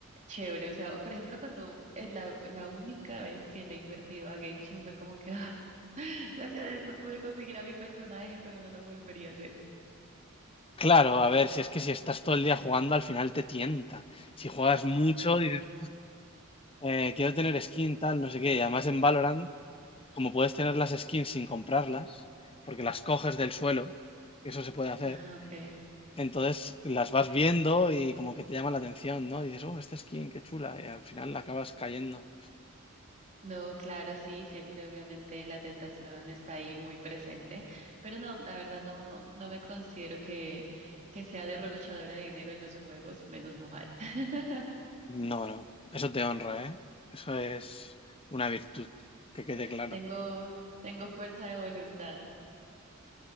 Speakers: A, on the right; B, on the left.
A: chévere. O sea, por ejemplo, cuando es la, la única vez que le he invertido a Genshin fue como que, ah, <laughs> gracias a esto pude conseguir a mi personaje, pero no lo volvería a hacer.
B: Claro, a ver, si es que si estás todo el día jugando, al final te tienta. Si juegas mucho, dices, "Eh, quiero tener skin, tal, no sé qué. Y además en Valorant, como puedes tener las skins sin comprarlas, porque las coges del suelo, eso se puede hacer,
A: Ah, okay,
B: entonces las vas viendo y como que te llama la atención, ¿no? dices, oh, esta skin, qué chula, y al final la acabas cayendo.
A: No, claro, sí, siempre obviamente la tentación está ahí muy presente, pero no, la verdad no, no me considero que, que sea derrochadora de dinero en los juegos, menos mal. <laughs>
B: No, no, eso te honra, ¿eh? Eso es una virtud, que quede claro.
A: Tengo, tengo fuerza de voluntad.